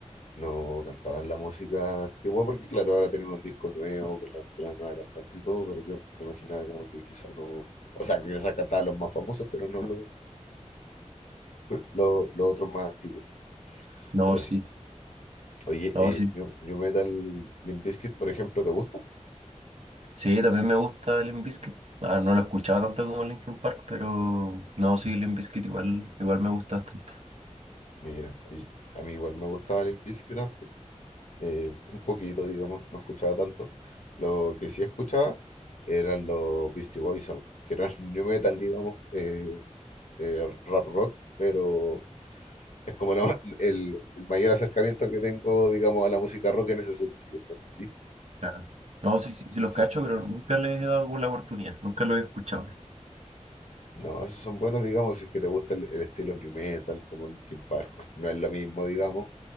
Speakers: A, on the left; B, on the right.
A: no cantaban la música antigua, porque claro, ahora tienen un disco nuevo con la, con la nueva cantante y todo, pero yo me imaginaba como que quizás no. O sea, que quizás cantaban los más famosos, pero no los, los, los otros más antiguos.
B: No,
A: Pero
B: sí,
A: sí. Oye,
B: no,
A: eh,
B: sí.
A: New, New Metal, Limp Bizkit, por ejemplo, ¿te gusta?
B: Sí, también me gusta Limp Bizkit. Ah, no lo escuchaba tanto como Linkin Park, pero no, sí, Limp Bizkit igual, igual me gusta bastante.
A: Mira, y a mí igual me gustaba Limp Bizkit antes, eh, un poquito, digamos, no escuchaba tanto. Lo que sí escuchaba eran los Beastie Boys a mí, que eran <laughs> new metal, digamos, eh, eh, rap rock, pero es como la ma- el, el mayor acercamiento que tengo, digamos, a la música rock en ese sentido, ¿me entendí?
B: Claro. No, sí, sí, sí los
A: Sí.
B: cacho, pero nunca les he dado la oportunidad, nunca los he escuchado.
A: No, esos son buenos, digamos, si es que te gusta el, el estilo new metal, como Linkin Park. No es lo mismo, digamos,